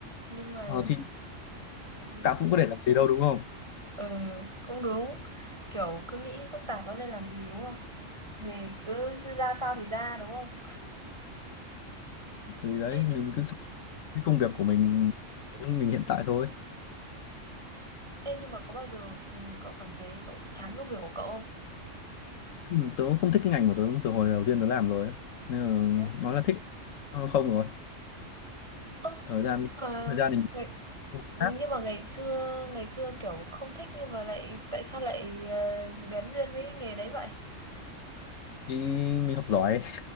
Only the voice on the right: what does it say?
Nhưng mà
ừ,
ừ, cũng đúng. Kiểu cứ nghĩ phức tạp nó lên làm gì đúng không? Thì cứ ra sao thì ra đúng không?
Ê
nhưng
ừ.
Ê nhưng mà có bao giờ ừ, cậu cảm thấy cậu chán công việc của cậu không?
Thế á?
Ơ
mà
ngày
ừ, nhưng mà ngày xưa ngày xưa kiểu không thích nhưng mà lại tại sao lại ờ, bén duyên với nghề đấy vậy?